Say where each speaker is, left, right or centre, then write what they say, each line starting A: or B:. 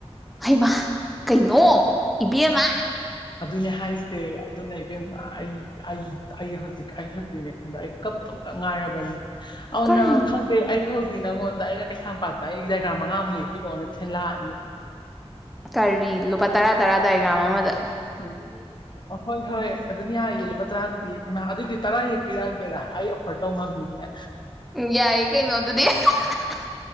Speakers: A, in the centre; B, on the left (about 45°).
A: ꯍꯩꯃ ꯀꯩꯅꯣ ꯏꯕꯦꯝꯃ
B: ꯑꯗꯨꯅꯦ ꯍꯥꯏꯁꯦ ꯑꯗꯨꯅ ꯏꯕꯦꯝꯃ ꯑꯩ ꯑꯩ ꯑꯩ ꯍꯧꯖꯤꯛ ꯑꯩ ꯍꯧꯖꯤꯛꯅꯦ ꯈꯪꯕ꯭ꯔꯥ ꯑꯩ ꯀꯞ ꯏꯇꯣꯝꯇ ꯉꯥꯏꯔꯕꯅꯤ ꯑꯥꯎꯅ
A: ꯀꯔꯤꯅꯣ
B: ꯈꯪꯗꯦ ꯑꯩ ꯈꯧ ꯅꯪꯉꯣꯟꯗ ꯑꯩꯅ ꯀꯩꯁꯥꯝꯄꯥꯠꯇ ꯑꯩꯒꯤ ꯗꯥꯢꯒ꯭ꯔꯥꯝ ꯃꯉꯥꯃꯨꯛ ꯌꯦꯛꯄꯤꯔꯛꯑꯣꯅ ꯊꯤꯟ ꯂꯥꯛꯑꯅꯤ
A: ꯀꯔꯤ ꯂꯨꯄꯥ ꯇꯔꯥ ꯇꯔꯥ ꯗꯥꯏꯒ꯭ꯔꯥꯝ ꯑꯃꯗ
B: ꯎꯝ ꯑꯍꯣꯏ ꯍꯣꯏ ꯑꯗꯨꯝ ꯌꯥꯢꯌꯦ ꯂꯨꯄꯥ ꯇꯔꯥꯗꯨꯗꯤ ꯏꯃꯥ ꯑꯗꯨꯏꯗꯤ ꯇꯔꯥ ꯌꯦꯛꯄꯤꯔꯛꯑꯒꯦꯔ ꯑꯩ ꯑꯣꯐꯔ ꯇꯧ ꯉꯝꯅꯤꯑꯦ
A: ꯌꯥꯏ ꯀꯩꯅꯣꯗꯨꯗꯤ ꯍꯥ ꯍꯥ ꯍꯥ